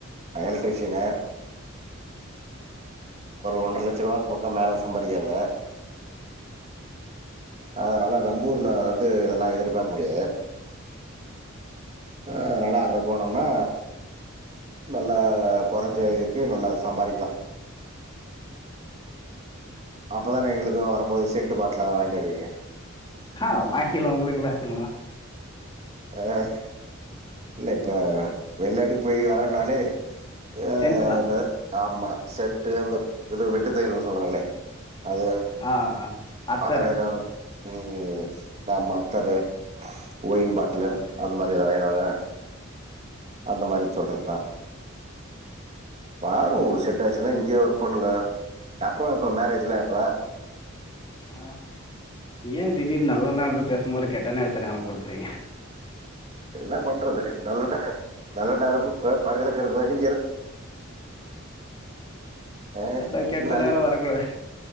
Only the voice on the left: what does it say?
ஆஹ் வாங்கிலாம் உங்களுக்கு இல்லாத்துக்கலா
சென்ட்டு தா
ஆ அத்தர்
ஆஹ் ஏன் திடீர் நல்ல நாள் பேசும்போது கெட்ட நேரத்த ஞாபப்படுத்துறீங்க
ஆ கெட்ட
நேரம் வரக்கூடாது